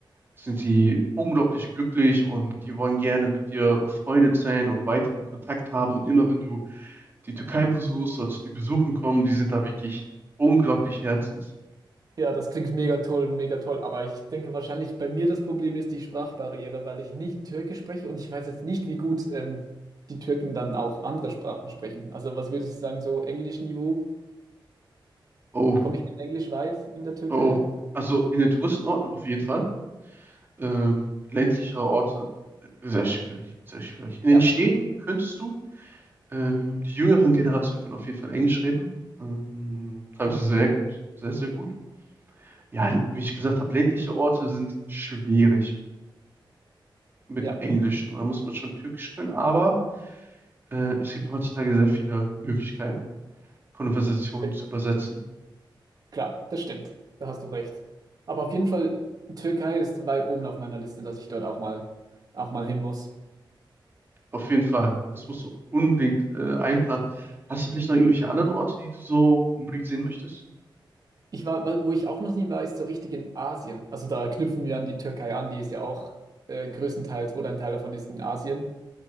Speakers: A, on the right; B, on the right.
A: sind sie unglaublich glücklich und die wollen gerne mit dir befreundet sein und weiterhin Kontakt haben. Und immer wenn du die Türkei besuchst, solltest du die besuchen kommen. Die sind da wirklich unglaublich herzens.
B: Ja, das klingt mega toll, mega toll. Aber ich denke wahrscheinlich bei mir das Problem ist die Sprachbarriere, weil ich nicht Türkisch spreche und ich weiß jetzt nicht, wie gut ähm, die Türken dann auch andere Sprachen sprechen. Also was würde ich sagen, so Englischniveau?
A: Oh,
B: Komme ich mit Englisch weit in der Türkei?
A: oh. Also in den Touristenorten auf jeden Fall. Ähm, ländlichere Orte, äh, sehr schwierig, sehr schwierig. In
B: Ja,
A: den Städten könntest du, ähm, die jüngeren Generationen können auf jeden Fall Englisch reden. Ähm, teilweise sehr gut, sehr, sehr gut. Ja, wie ich gesagt habe, ländliche Orte sind schwierig mit
B: ja,
A: Englisch. Da muss man schon Türkisch können, aber äh, es gibt heutzutage sehr viele Möglichkeiten, Konversationen
B: stimmt.
A: zu übersetzen.
B: klar, das stimmt. Da hast du recht. Aber auf jeden Fall, Türkei ist weit oben auf meiner Liste, dass ich dort auch mal, auch mal hin muss.
A: Auf jeden Fall. Das musst du unbedingt äh, einplanen. Hast du vielleicht noch irgendwelche anderen Orte, die du so unbedingt sehen möchtest?
B: Ich war, wa- wo ich auch noch nie war, ist so richtig in Asien. Also da knüpfen wir an die Türkei an, die ist ja auch äh, größtenteils oder ein Teil davon ist in Asien.